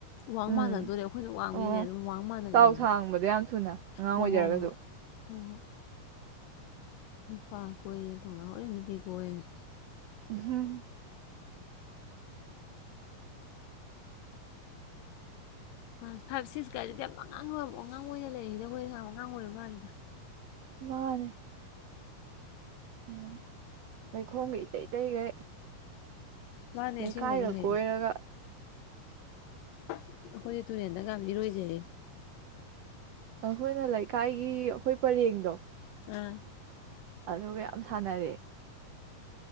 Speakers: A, on the left; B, on the right.
A: ꯋꯥꯡ
B: ꯎꯝ
A: ꯃꯥꯟꯅꯗꯣꯔꯦ ꯑꯩꯈꯣꯏꯅ ꯋꯥꯡꯃꯤꯅꯦ
B: ꯑꯣ
A: ꯑꯗꯨꯝ ꯋꯥꯡ ꯃꯥꯟꯅꯔꯛꯑꯦꯅꯤ
B: ꯆꯥꯎ ꯁꯥꯡꯕꯗꯣ ꯌꯥꯝ ꯊꯨꯅ ꯑꯉꯥꯡ
A: ꯍꯣ
B: ꯑꯣꯏꯖꯔꯒꯁꯨ
A: ꯍꯣꯏ ꯍꯣꯏ ꯍꯣꯏ ꯅꯨꯄꯥ ꯀꯣꯏꯔꯦ ꯇꯧꯅꯥꯍꯧꯔꯤ ꯅꯨꯄꯤ ꯀꯣꯏꯌꯦꯅ
B: ꯑꯍꯨꯝ
A: ꯀ꯭ꯂꯥꯁ ꯐꯥꯏꯚ ꯁꯤꯛꯁꯀꯥꯏꯗꯗꯤ ꯌꯥꯝ ꯑꯉꯥꯡ ꯑꯣꯏ ꯑꯉꯥꯡ ꯑꯣꯏꯅ ꯂꯩꯔꯤꯗ ꯈꯣꯏ ꯑꯉꯥꯡ ꯑꯣꯏꯕ ꯃꯥꯜꯂꯤꯗ
B: ꯃꯥꯟꯅꯦ ꯎꯝ ꯂꯩꯈꯣꯝꯒ ꯏꯇꯩ ꯏꯇꯩꯒꯩ
A: ꯃꯥꯅꯦ
B: ꯂꯩꯀꯥꯏꯒ
A: ꯑꯁꯦꯡꯕꯩꯁꯨꯅꯦ
B: ꯀꯣꯏꯔꯒ
A: ꯑꯩꯈꯣꯏꯗꯤ ꯇꯨꯔꯦꯟꯗ ꯌꯥꯝ ꯏꯔꯣꯏꯖꯩꯌꯦ
B: ꯑꯩꯈꯣꯏꯅ ꯂꯩꯀꯥꯏꯒꯤ ꯑꯩꯈꯣꯏ ꯄꯔꯦꯡꯗꯣ
A: ꯑꯥ
B: ꯑꯗꯨꯒ ꯌꯥꯝ ꯁꯥꯟꯅꯔꯛꯑꯦ